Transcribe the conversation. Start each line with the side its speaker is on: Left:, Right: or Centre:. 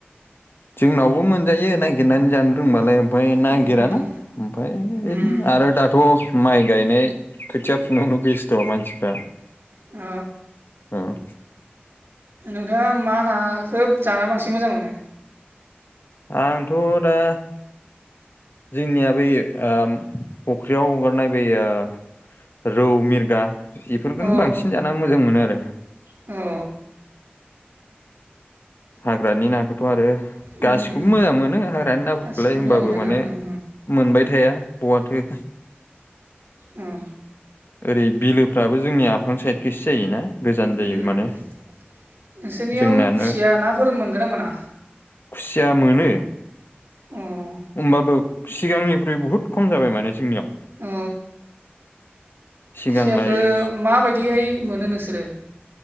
Left: जोंनावबो मोनजायो नागिरनानै जानो रोंबालाय ओमफ्राय
Right: उम
Left: नागिराना ओमफाय
Right: उम
Left: आरो दाथ' माइ गायनाय खोथिया फुनायावनो बेस्थ' मानसिफ्रा।
Right: औ।
Left: उम।
Right: नोंथाङा मा नाखोब जाना बांसिन मोजां मोनो?
Left: आंथ' दा जोंनिया बै उम फुख्रियाव हगारनाय बै ओ रौ मिरगा बेफोरखौनो
Right: औ
Left: बांसिन जाना मोजां मोनो आरो।
Right: अ उम
Left: हाग्रानि नाखौथ' आरो
Right: उम
Left: गासिखौबो मोजां मोनो हाग्रानि नाफोरखौलाय
Right: गासिखौबो
Left: होमबाबो
Right: मोजां मोनोना
Left: माने
Right: ओं
Left: मोनबाय थाया बहाथो
Right: उम।
Left: ओरै बिलोफ्राबो जोंनि आफां साइडखेस जायोना। गोजान जायो
Right: उम उम
Left: माने
Right: नोंसोरनियाव
Left: जोंनानो
Right: खुसिया नाफोर मोनगोना मोना?
Left: खुसिया मोनो।
Right: उम।
Left: होमबाबो सिगांनिख्रुइ बहुद खम जाबाय माने जोंनियाव।
Right: औ।
Left: सिगांलाय
Right: खुसियाखो माबायदिहाय मोनो नोंसोरो?